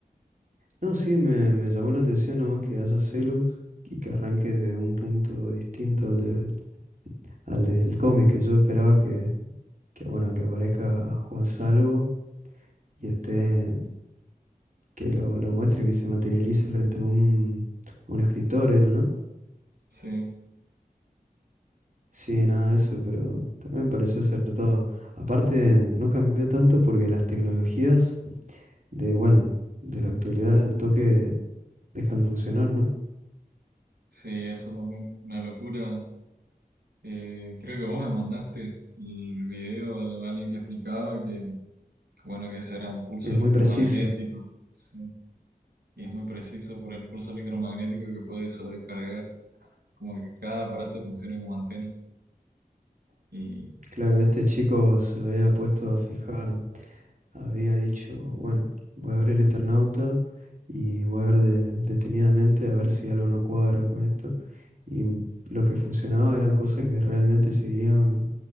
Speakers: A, on the right (about 55°); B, on the right (about 85°).
A: No, sí, me, me llamó la atención nomás que haya Celus y que arranque desde un punto distinto al del, al del cómic, que yo esperaba que, que, bueno, que aparezca Juan Salvo y este, que lo, lo muestre, que se materialice frente a un, a un escritor, ¿era, no?
B: Sí.
A: Sí, nada de eso, pero también me pareció acertado. Aparte, no cambió tanto porque las tecnologías de, bueno, de la actualidad al toque dejan de funcionar, ¿no?
B: Sí, eso también, una locura. Eh, creo que vos me mandaste el video de alguien que explicaba que, que, bueno, que ese era un pulso
A: Es
B: electromagnético,
A: muy preciso.
B: sí. Y es muy preciso por el pulso electromagnético que puede sobrecargar, como que cada aparato funcione como antena. Y
A: Claro, este chico se había puesto a fijar, había dicho, bueno, voy a ver el Eternauta y voy a ver de- detenidamente a ver si algo no cuadra con esto. Y lo que funcionaba eran cosas que realmente seguirían